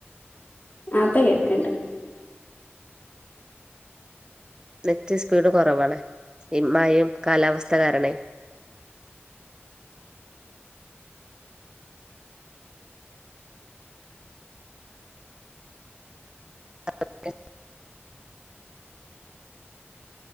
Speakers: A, on the left (about 40°); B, on the right (about 20°).
A: ആഹ് ഇപ്പ കേക്ക്ണ്ട്
B: നെറ്റ് സ്പീഡ് കൊറവാണ് ഇമ്മയെം കാലാവസ്ഥ കാരണെ <inaudible>